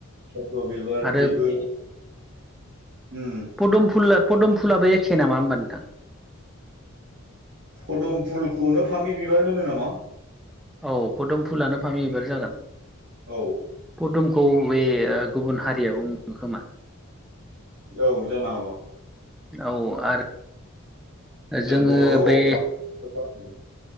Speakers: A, on the right; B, in the centre.
A: थब्ल' बिबार
B: आरो
A: बेबो उम
B: पदम फुलाब पदुम फुलाबो एखे नामा होमबा नोंथां
A: फदुम फुलखौनो फामि बिबार होनो नामा
B: औ पदुम फुलानो फामि बिबार जागोन
A: औ
B: पदुमखौ बे गुबुन हारिया बुङो खोमा
A: औ जानो हागौ
B: औ आरो
A: जों
B: जोङो
A: बर' रावाव
B: बे
A: फामि बिबार होनो।